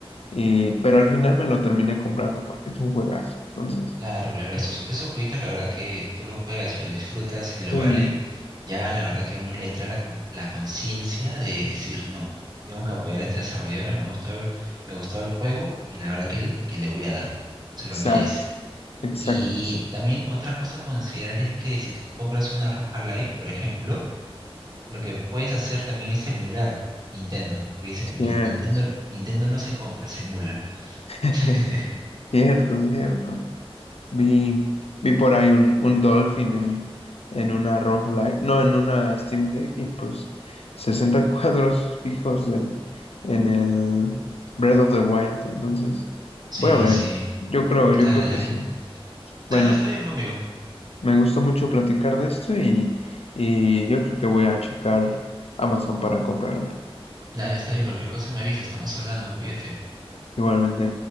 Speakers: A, on the left; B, on the right.
A: y, pero al final me lo terminé comprando porque es un juegazo. Entonces,
B: Claro, claro, esos, esos jueguitos la verdad que tú los juegas y los disfrutas y lo
A: sí,
B: vale, ya la verdad que a uno le entra la, con- la conciencia de decir no, tengo que apoyar a esta desarrolladora, me gustó el, me gustó el juego y la verdad que, l- que le voy a dar, se
A: exacto,
B: lo merece.
A: exacto,
B: Y
A: exacto.
B: también otra cosa a considerar es que si tú compras una Roja Live, por ejemplo, lo que puedes hacer también es emular Nintendo, porque dice
A: Cierto,
B: "Muy- Nintendo, Nintendo no se compra, se emula.
A: <laughs>
B: <laughs>
A: cierto, cierto. Vi, vi por ahí un, un Dolphin en, en una roguelike, no, en una Steam Deck, y pues 60 <laughs> cuadros fijos en, en el Breath of the Wild. Entonces,
B: Sí,
A: voy a ver.
B: sí,
A: Yo creo,
B: dale,
A: yo creo
B: dale.
A: que sí.
B: Dale,
A: Bueno,
B: está bien, amigo.
A: me gustó mucho platicar de esto y, y yo creo que voy a checar Amazon para comprarla.
B: Dale, está bien, cualquier cosa me avisa, estamos hablando, cuídate.
A: Igualmente.